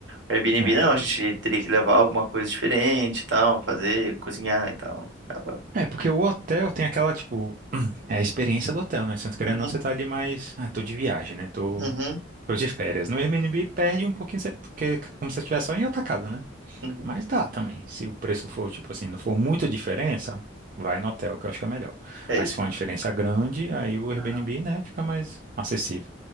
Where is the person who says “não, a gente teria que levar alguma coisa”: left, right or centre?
Right